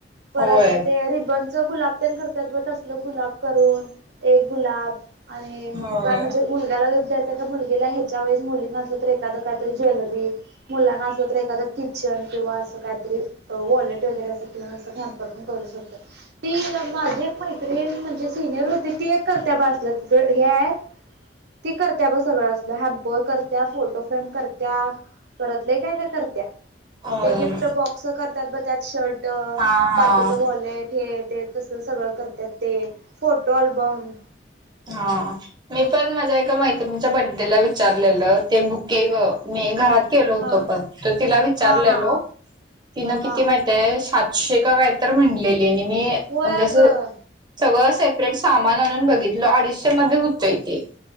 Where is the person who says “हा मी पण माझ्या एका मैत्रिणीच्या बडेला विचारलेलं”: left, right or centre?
Right